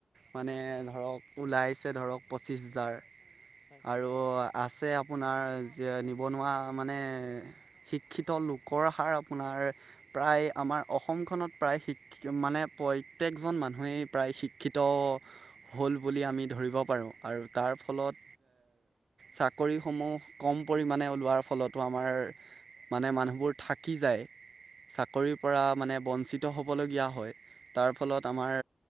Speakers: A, on the right; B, on the left.
A: মানে
B: হয়
A: ধৰক ওলাইছে ধৰক পঁচিছ হাজাৰ
B: হয়
A: আৰু আছে আপোনাৰ যে
B: হয় হয় হয় হয় হয় হয় হয় হয়
A: নিবনুৱা মানে শিক্ষিত লোকৰ হাৰ আপোনাৰ প্ৰায় আমাৰ অসমখনত প্ৰায় শিক মানে প্ৰত্যেকজন মানুহেই প্ৰায় শিক্ষিত হ'ল বুলি আমি ধৰিব পাৰোঁ আৰু
B: হয়
A: তাৰ ফলত চাকৰি সমূহ কম পৰিমানে ওলোৱাৰ ফলতো আমাৰ মানে মানুহবোৰ থাকি যায় চাকৰিৰ পৰা মানে বঞ্চিত হ'বলগীয়া হয় তাৰ ফলত আমাৰ।